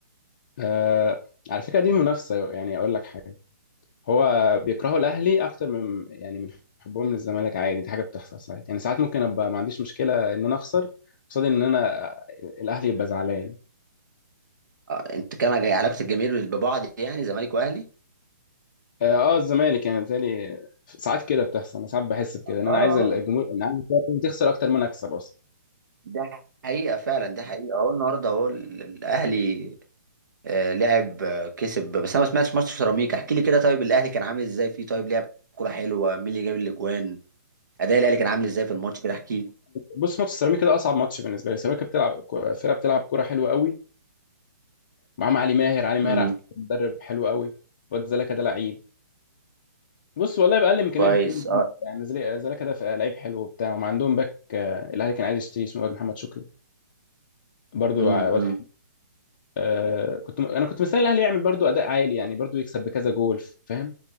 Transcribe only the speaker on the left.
آه على فكره دي منافسه يعني اقول لك حاجه هو بيكرهوا الاهلي اكتر من يعني من حبهم للزمالك عادي دي حاجه بتحصل ساعات يعني ساعات ممكن ابقى ما عنديش مشكله ان انا اخسر قصاد ان انا الاهلي يبقى زعلان
اه آه، الزمالك يعني بالتالي ساعات كده بتحصل انا ساعات بحس بكده ان
انا
عايز الجمهور ان عايز الفرقة تخسر اكتر ما انا اكسب اصلا
بص ماتش سيراميكا ده اصعب ماتش بالنسبه لي سيراميكا بتلعب فرقه بتلعب كوره حلوه قوي معاهم علي ماهر علي ماهر
على فكرة مدرب حلو قوي واد زلكا ده لعيب بص والله بأقل إمكانيات
يعني زل- زلكا ده ف- لعيب حلو وبتاع وما عندهم باك آه، الأهلي كان عايز يشتريه اسمه واد محمد شكري برضو
ع- واد
حلو. آه، كنت م- أنا كنت مستني الأهلي يعمل برضو أداء عالي يعني برضو يكسب بكذا جول فاهم